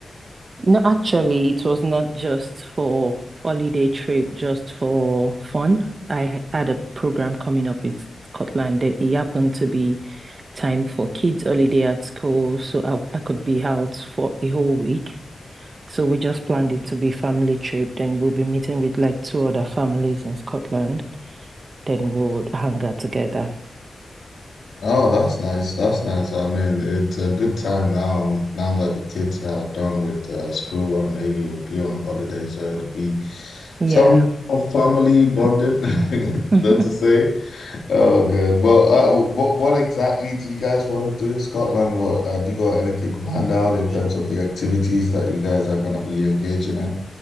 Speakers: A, on the right; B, on the left.
A: No, actually, it was not just for holiday trip, just for fun. I h- had a program coming up in Scotland, then it happened to be time for kids' holiday at school, so I, I could be out for a whole week. So we just planned it to be family trip. Then we'll be meeting with like two other families in Scotland. then we'll hang out together.
B: Oh, that's nice. That's nice. I mean, it's a good time now, now that the kids are done with uh, school and maybe would be on holiday, so it'll be
A: Yeah.
B: some of family bonding,
A: <clears throat>
B: <laughs> so to say. Oh, good. But uh, what what exactly do you guys want to do in Scotland? What have you got anything planned out in
A: <laughs>
B: terms of the activities that you guys are going to be engaging in?